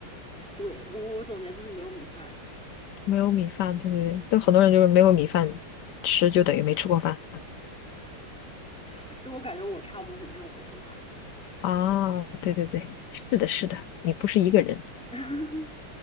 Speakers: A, in the centre; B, on the left.
A: 对，我我总结就是没有米饭，
B: 没有米饭，对不对？但很多人就是没有米饭吃，就等于没吃过饭。
A: <laughs> 就我感觉我差不多是这种人吧。
B: 哦，对对对，是的，是的，你不是一个人。
A: <laughs>